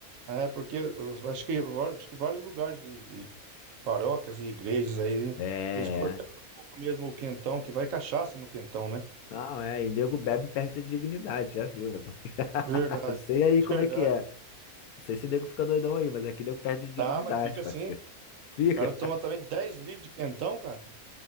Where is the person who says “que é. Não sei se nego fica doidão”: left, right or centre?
Left